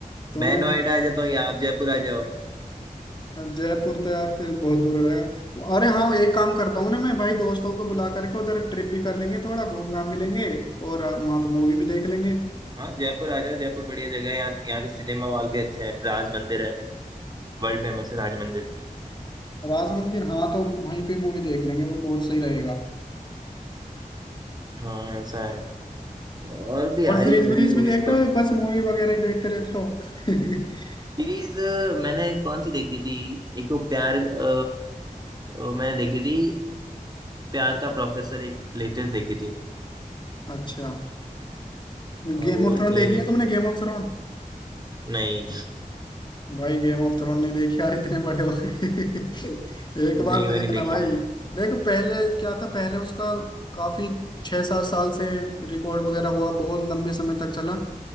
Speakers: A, on the left (about 30°); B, on the right (about 30°).
A: तो
B: मैं
A: मैं
B: नोएडा आ जाता हूँ या आप जयपुर आ जाओ
A: जयपुर तो यार फिर बहुत दूर हो जाएगा अरे हाँ एक काम करता हूँ ना मैं भाई दोस्तों को बुला करके उधर ट्रिप भी कर लेंगे थोड़ा घूम घाम भी लेंगे और अ, वहाँ पे मूवी भी देख लेंगे
B: हाँ जयपुर आ जाओ जयपुर बढ़िया जगह है यहाँ यहाँ के सिनेमा हॉल भी अच्छे हैं राज मंदिर है वर्ल्ड फेमस है राज मंदिर
A: राज मंदिर हाँ तो वहीं पे मूवी देख लेंगे वो बहुत सही रहेगा
B: हाँ ऐसा है और भी
A: और
B: आ रही
A: सीरीज
B: है मूवीज
A: वीरीज
B: वूवीज
A: भी देखते
B: तो
A: हो या बस मूवी वगैरह ही देखते रहते हो <laughs>
B: सीरीज मैंने कौन सी देखी थी एक तो प्यार अ, अ, मैंने देखी थी प्यार का प्रोफेसर एक लेटेस्ट देखी थी
A: अच्छा
B: अ,
A: गेम
B: वो
A: ऑफ
B: इतनी
A: थ्रोन देखी है तुमने Game of throne
B: नहीं
A: भाई गेम ऑफ थ्रोन नहीं देखी यार इतने बड़े हो गए <laughs> एक बार
B: नहीं वो
A: देखना
B: नहीं देखी
A: भाई
B: मैंने
A: देखो पहले क्या था पहले उसका काफी छह सात साल से रिकॉर्ड वगैरह हुआ बहुत लंबे समय तक चला